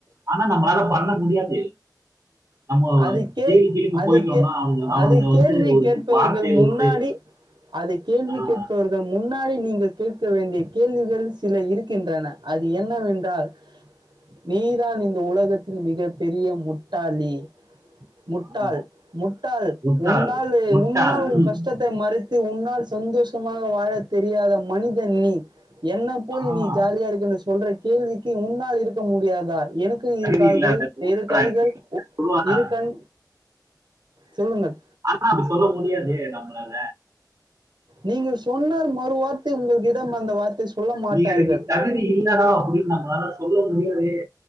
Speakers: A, on the right (about 40°); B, on the right (about 85°).
A: ஆனா நம்மளால பண்ண முடியாது நம்ம
B: அது கே
A: ஜெயிலு கீழுக்கு
B: அது
A: போயிட்டோம்னா
B: கே
A: அவனுங்க அவனுங்க
B: அது கேள்வி
A: வந்து
B: கேட்பவர்கள்
A: வார்த்தையை
B: முன்னாடி
A: விட்டு
B: அது கேள்வி
A: ஆஹ்
B: கேட்பவர்கள் முன்னா நீங்கள் கேட்க வேண்டிய கேள்விகள் சில இருக்கின்றன அது என்னவென்றால் நீ தான் இந்த உலகத்தின் மிக பெரிய முட்டாளி முட்டாள்
A: ஆஹ்,
B: முட்டாள்
A: முட்டாள்
B: உன்னால்
A: முட்டாள்
B: உன்னால் உன்
A: ம்,
B: கஷ்ட கஷ்டத்தை மறைத்து உன்னால் சந்தோஷமாக வாழ தெரியாத மனிதன் நீ என்ன போய்
A: ஆஹ்
B: நீ ஜாலியா இருக்குனு சொல்ற கேள்விக்கு உன்னால் இருக்க முடியாதா எனக்கு
A: தகுதி
B: இருக்கால்கள்
A: இல்லாத மூர்க்கடா
B: இரு கைகள்
A: இப்படி சொல்லுவானா
B: இரு கண் சொல்லுங்கள்
A: ஆனா அப்டி சொல்ல முடியாதே நம்மளால
B: நீங்கள் சொன்னால் மறு வார்த்தை உங்கள்கிடம் அந்த வார்த்தை சொல்ல மாட்டார்கள்
A: நீ அதுக்கு தகுதி இல்லடா அப்டின்னு நம்மளால சொல்ல முடியலயே